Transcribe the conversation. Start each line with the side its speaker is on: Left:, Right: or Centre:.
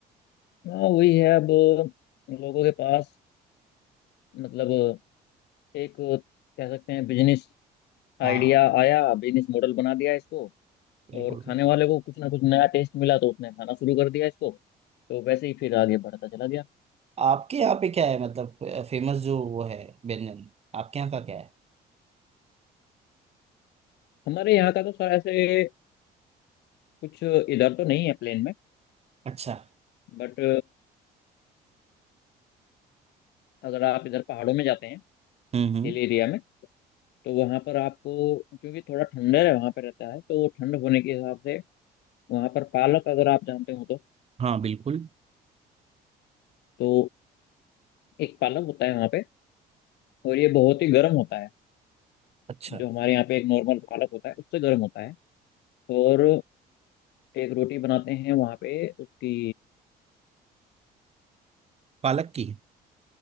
Left: हाँ वही है अब लोगों के पास मतलब एक कह सकते हैं बिजनेस
Right: <laughs>
Left: आइडिया
Right: हाँ
Left: आया बिजनेस मॉडल बना दिया इसको
Right: बिल्कुल
Left: और खाने
Right: बिल्कुल
Left: वाले को कुछ ना कुछ नया टेस्ट मिला तो उसने खाना शुरू कर दिया इसको तो वैसे ही फिर आगे बढ़ता चला गया
Right: आपके यहाँ पे क्या है मतलब फेमस जो वो है व्यंजन आपके यहाँ का क्या है
Left: हमारे यहाँ का तो सर ऐसे कुछ इधर तो नहीं है प्लेन में
Right: अच्छा
Left: बट अगर आप इधर पहाड़ों में जाते हैं
Right: हम्म हम्म
Left: हिल एरिया में तो वहाँ पर आपको क्योंकि थोड़ा ठंडर है वहाँ पर रहता है तो वो ठंड होने के हिसाब से वहाँ पर पालक अगर आप जानते हो तो
Right: हाँ बिल्कुल
Left: तो एक पालक होता है वहाँ पे और ये बहुत ही गर्म होता है
Right: अच्छा
Left: जो हमारे यहाँ पे एक नॉर्मल पालक होता है उससे गर्म होता है और एक रोटी बनाते हैं वहाँ पे उसकी
Right: पालक की